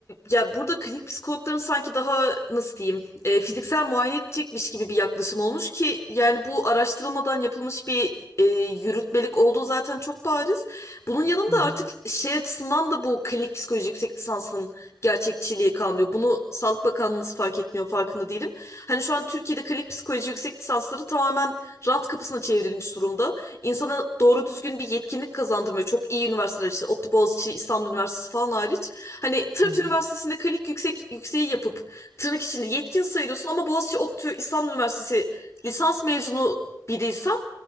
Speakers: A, on the left; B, on the right.
A: ya burada klinik psikologların sanki daha nasıl diyeyim e, fiziksel muayene edecekmiş gibi bir yaklaşım olmuş ki yani bu araştırılmadan yapılmış bir e, yürütmelik olduğu zaten çok bariz. Bunun yanında
B: Hı hı,
A: artık şey açısından da bu klinik psikoloji yüksek lisansının gerçekçiliği kalmıyor. Bunu Sağlık Bakanlığımız fark etmiyor farkında değilim. Hani şu an Türkiye'de klinik psikoloji yüksek lisansları tamamen rant kapısına çevrilmiş durumda. insana doğru düzgün bir yetkinlik kazandırmıyor. Çok iyi üniversiteler işte ODTÜ, Boğaziçi, İstanbul Üniversitesi falan hariç. Hani Tırt
B: hı hı.
A: Üniversitesi'nde klinik yüksek yükseği yapıp tırnak içinde yetkin sayılıyorsun ama Boğaziçi, ODTÜ, İstanbul Üniversitesi lisans mezunu biriysen